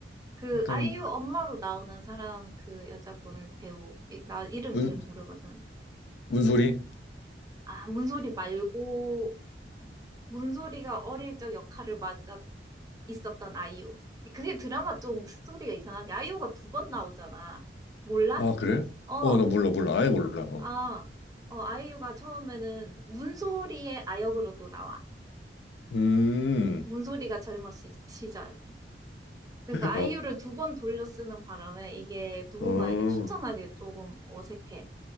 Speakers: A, on the right (about 20°); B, on the left (about 70°).
A: 그
B: 약간,
A: 아이유 엄마로 나오는 사람 그 여자분 배우 이- 나 이름
B: 문,
A: 잘 모르거든.
B: 문소리?
A: 아, 문소리 말고, 문소리가 어릴 적 역할을 맡아 있었던 아이유. 그게 드라마 좀 스토리가 이상한 게 아이유가 두 번 나오잖아. 몰라?
B: 아, 그래?
A: 어,
B: 어, 나 몰라, 몰라. 아예 몰라. 어.
A: 아, 어, 아이유가 처음에는 문소리의 아역으로도 나와.
B: 음,
A: 문소리가 젊은 시, 시절. 그러니까 아이유를
B: 어,
A: 두 번 돌려 쓰는 바람에 이게 누군가에게
B: 어,
A: 추천하기 조금 어색해.